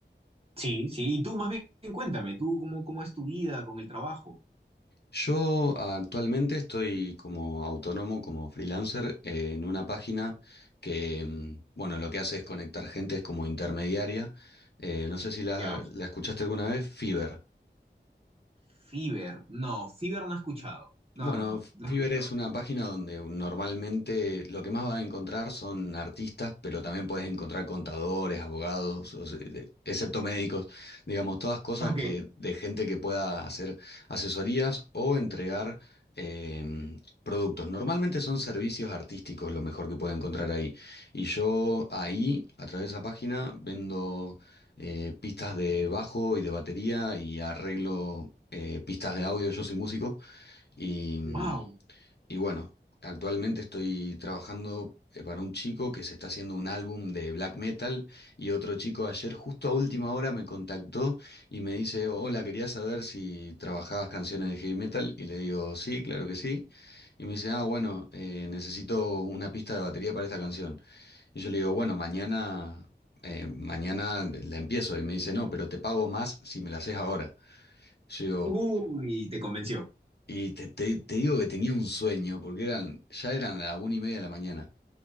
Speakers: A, on the right; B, on the left.
A: Sí, sí. Y tú más bien cuéntame, tú cómo, cómo es tu vida con el trabajo,
B: Yo actualmente estoy como autónomo, como freelancer, eh, en una página que, mm, bueno, lo que hace es conectar gente, es como intermediaria. Eh, no sé si la,
A: ¿ya?
B: la escuchaste alguna vez, Fiverr.
A: Fiverr, no, Fiverr no he escuchado. No,
B: Bueno,
A: no, no, no
B: Fiverr
A: he escuchado.
B: es una página donde normalmente lo que más vas a encontrar son artistas, pero también puedes encontrar contadores, abogados, o se- de- excepto médicos, digamos, todas cosas
A: Ok,
B: que de gente que pueda hacer asesorías o entregar em, productos. Normalmente son servicios artísticos lo mejor que puedes encontrar ahí. Y yo ahí, a través de esa página, vendo eh, pistas de bajo y de batería y arreglo eh, pistas de audio. Yo soy músico. Y, mm,
A: wow.
B: y bueno, actualmente estoy trabajando eh, para un chico que se está haciendo un álbum de black metal y otro chico ayer justo a última hora me contactó y me dice, hola, quería saber si trabajabas canciones de heavy metal y le digo, sí, claro que sí. Y me dice, ah, bueno, eh, necesito una pista de batería para esta canción. Y yo le digo, bueno, mañana, eh, mañana la empiezo. Y me dice, no, pero te pago más si me la haces ahora. Yo digo,
A: Uy, te convenció.
B: y te, te- te digo que tenía un sueño, porque eran, ya eran las una y media de la mañana.